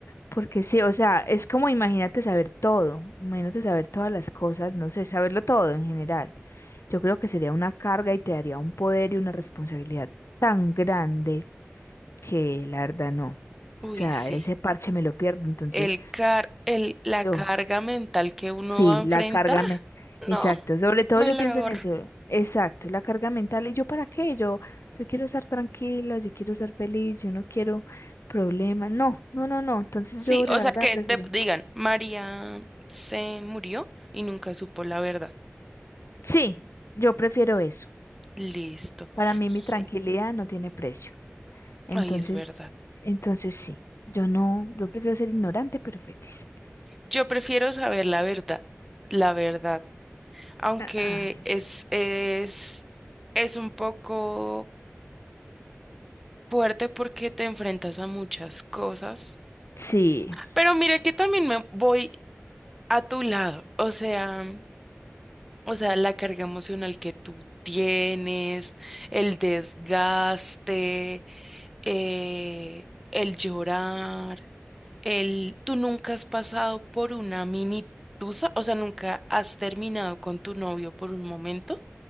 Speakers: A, on the left; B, in the centre.
A: porque sí, o sea, es como imagínate saber todo, imagínate saber todas las cosas, no sé, saberlo todo en general. Yo creo que sería una carga y te daría un poder y una responsabilidad tan grande que la verdad no. O
B: Uy,
A: sea,
B: sí.
A: ese parche me lo pierdo, entonces
B: El car el, la
A: yo
B: carga mental que uno
A: Sí,
B: va a enfrentar,
A: la carga mental. Exacto,
B: no,
A: sobre todo
B: me
A: yo
B: la
A: pienso
B: ahorro.
A: en eso. Exacto, la carga mental. ¿Y yo para qué? Yo, yo quiero estar tranquila, yo quiero ser feliz, yo no quiero problemas. No, no, no, no. Entonces
B: Sí,
A: yo la
B: o
A: verdad
B: sea que
A: prefiero.
B: te digan, María se murió y nunca supo la verdad.
A: Sí, yo prefiero eso.
B: Listo.
A: Para mí
B: Sí,
A: mi tranquilidad no tiene precio. Entonces,
B: ahí es verdad.
A: entonces sí, yo no, yo prefiero ser ignorante pero feliz.
B: Yo prefiero saber la verdad, la verdad, aunque
A: Ah, ah,
B: es, es, es un poco fuerte porque te enfrentas a muchas cosas.
A: sí,
B: Pero mira que también me voy a tu lado, o sea. O sea, la carga emocional que tú tienes, el desgaste, eh, el llorar, el... Tú nunca has pasado por una mini tusa, o sea, nunca has terminado con tu novio por un momento,